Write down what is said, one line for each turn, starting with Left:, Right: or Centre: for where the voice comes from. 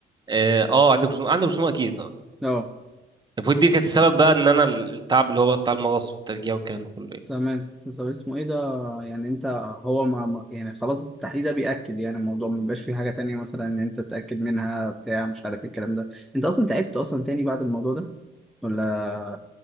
Right: اه آه، عندك رسوم عندك رسوم اكيد اه
Centre: اه
Right: المفروض دي كانت السبب بقى ان انا التعب اللي هو بتاع المغص والترجيع والكلام ده كله يعني.
Centre: تمام طب اسمه ايه ده يعني انت هو مع مع- يعني خلاص التحليل ده بيأكد يعني الموضوع ما بيبقاش فيه حاجة تانية مثلا ان انت تتأكد منها بتاع مش عارف ايه الكلام ده انت اصلا تعبت اصلا تاني بعد الموضوع ده ولا